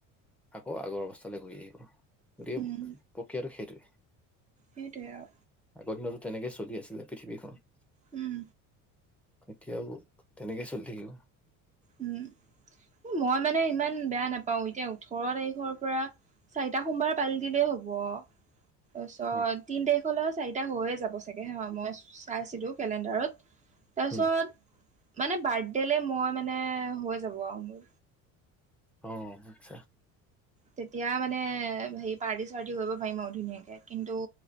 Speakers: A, in the centre; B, on the right (about 20°).
A: আকৌ আগৰ অৱস্থালে ঘূৰি আহিব গতিকে
B: উম
A: প্ৰক্ৰিয়াটো সেইটোৱে।
B: সেইটোৱে আও।
A: আগৰ দিনতটো তেনেকে চলি আছিলে পৃথিৱীখন।
B: উম,
A: এতিয়াও তেনেকে চলি থাকিব।
B: উম, <unintelligible> মই মানে ইমান বেয়া নাপাও এতিয়া ওঠৰ তাৰিখৰ পৰা চাৰিটা সোমবাৰ পালি দিলেই হ'ব টাছত
A: অ
B: তিনি তাৰিখলৈ চাৰিটা হৈয়ে যাব চাগে হা মই চাইছিলোঁ কেলেণ্ডাৰত। তাৰছত
A: উম
B: মানে বাৰ্থডেলে মই মানে হৈ যাব আৰু মোৰ।
A: অ, আচ্ছা।
B: তেতিয়া মানে হেৰি পাৰ্টি -চাৰ্টি কৰিব পাৰিম আৰু ধুনীয়াকে কিন্তু